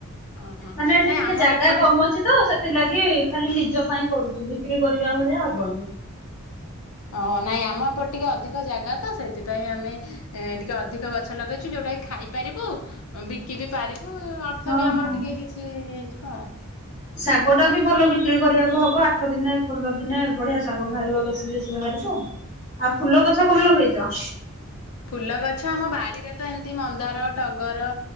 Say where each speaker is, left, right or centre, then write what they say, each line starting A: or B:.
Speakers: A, on the left; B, on the left.
A: ଓହୋ
B: ମାନେ ଏଠି
A: ନାଇଁ
B: ଟିକେ
A: ଆମର
B: ଜାଗା
A: ଏପଟେ
B: କମ ଅଛ ଛି ତ ସେଥିଲାଗି ଖାଲି ନିଜ ପାଇଁ କରୁଛୁ ବିକ୍ରି କରିବା ଭଳିଆ ହବନି।
A: ଓ ନାଇଁ ଆମ ତ ଟିକେ ଅଧିକ ଜାଗା ତ ସେଇଥିପାଇଁ ଆମେ ଏଁ ଟିକେ ଅଧିକ ଗଛ ଲଗେଇଛୁ ଯୋଉଟାକି ଖାଇପାରିବୁ ଉଁ ବିକି ବିି ପାରିବୁ ଅ ଅର୍ଥ
B: ହଁ
A: ବି ଆମର
B: ହଁ।
A: ଟିକେ କିଛି ହେଇଯିବ ଆଉ।
B: ଶାଗ ଟା ବି ଭଲ ବିକ୍ରି କରିବାକୁ ହବ ଆଠ ଦିନେ ପନ୍ଦର ଦିନେ ବଢିଆ ଶାଗ ବାହାରିବ ବେଶୀ ବେଶୀ ବାହାରିବ। ଆଉ ଫୁଲ ଗଛ କଣ ଲଗେଇଛ?
A: ଫୁଲ ଗଛ ଆମ ବାରିରେ ତ ଏମିତି ମନ୍ଦାର, ଟଗର,